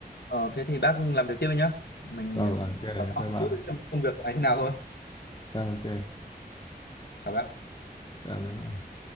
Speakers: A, on the left (about 85°); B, on the left (about 30°).
A: ờ, thế thì bác làm việc tiếp đi nhá. Mình
B: rồi ok
A: hỏi thăm
B: bye
A: một
B: bye
A: chút xem công việc của anh thế nào thôi.
B: Ờ, ok
A: Chào bác.
B: rồi, bye bye